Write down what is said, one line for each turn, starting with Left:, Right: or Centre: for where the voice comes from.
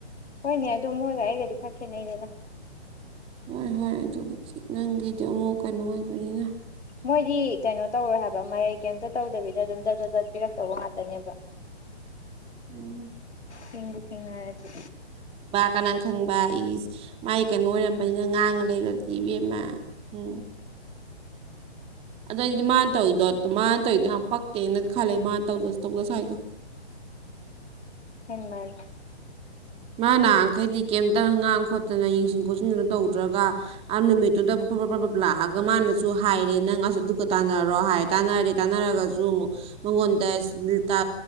Left: ꯍꯣꯏꯅꯦ ꯑꯗꯨ ꯃꯣꯏꯒ ꯑꯩꯒꯗꯤ ꯈꯔ ꯈꯦꯠꯅꯩꯗꯅ
Right: ꯍꯣꯏ ꯍꯣꯏ ꯑꯗꯨꯕꯨ ꯆ ꯅꯪꯒꯤ ꯑꯗꯨ ꯑꯃꯨꯛ ꯀꯩꯅꯨ ꯑꯣꯏꯕꯅꯤꯅ
Left: ꯃꯣꯏꯗꯤ ꯀꯩꯅꯣ ꯇꯧꯔꯣꯏ ꯍꯥꯏꯕ ꯃꯔꯩ ꯀꯩꯝꯇ ꯇꯧꯗꯕꯤꯗ ꯑꯗꯨꯝ ꯗ ꯗ ꯗ ꯄꯤꯔꯛꯇꯧꯕ ꯉꯥꯛꯇꯅꯦꯕ
Right: ꯎꯝ
Left: ꯍꯗꯤ ꯊꯦꯡꯅꯔ ꯑꯗꯨ
Right: ꯀꯅꯥ ꯈꯪꯕ ꯏꯁ ꯃꯥꯏ ꯀꯩꯅꯣ ꯑꯣꯏꯔꯝꯕꯅꯤꯅ ꯉꯥꯡꯉ ꯂꯩꯈꯗꯤ ꯏꯕꯦꯝꯃ ꯎ ꯑꯗꯨꯗꯏꯗꯤ ꯃꯥꯅ ꯇꯧꯔꯤꯗꯣ ꯃꯥꯅ ꯇꯧꯔꯤꯗꯣ ꯌꯥꯝ ꯄꯛꯇꯦꯅ ꯈꯜꯂꯦ ꯃꯥꯅ ꯇꯧꯗ ꯇꯧꯗ ꯁ꯭ꯋꯥꯏꯗꯣ
Left: ꯍꯦꯟꯃꯜ
Right: ꯃꯥꯅꯈꯩꯗꯤ ꯀꯩꯝꯇ ꯍꯉꯥꯡ ꯈꯣꯠꯇꯅ ꯌꯦꯡꯁꯤꯟ ꯈꯣꯠꯆꯤꯟꯗꯅ ꯇꯧꯗ꯭ꯔꯒ ꯑ ꯅꯨꯃꯤꯠꯇꯨꯗꯕꯨ ꯐꯕꯕ ꯐ꯭ꯔꯕꯞ ꯂꯥꯛꯑꯒ ꯃꯥꯅꯁꯨ ꯍꯥꯏꯔꯦ ꯅꯪ ꯑꯁ ꯑꯗꯨꯒꯀ ꯇꯥꯟꯅꯔꯣ ꯍꯥꯏ ꯇꯥꯟꯅꯔꯦ ꯇꯥꯟꯅꯔꯒꯁꯨ ꯑꯃꯨꯛ ꯃꯉꯣꯟꯗꯥ ꯀ